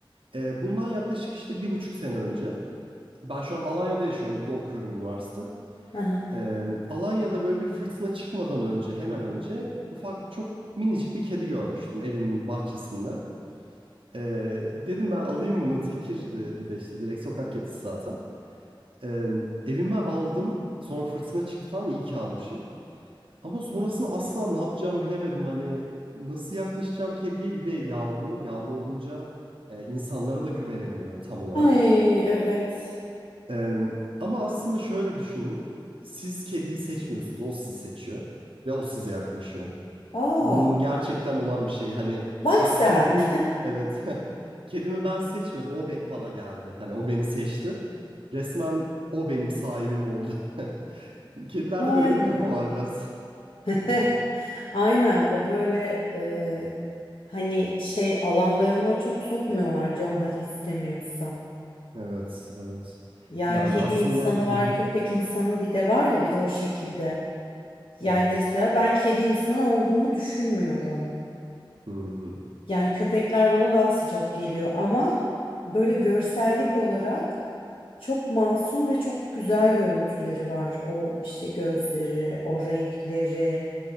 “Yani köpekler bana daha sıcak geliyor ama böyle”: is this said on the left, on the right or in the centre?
Left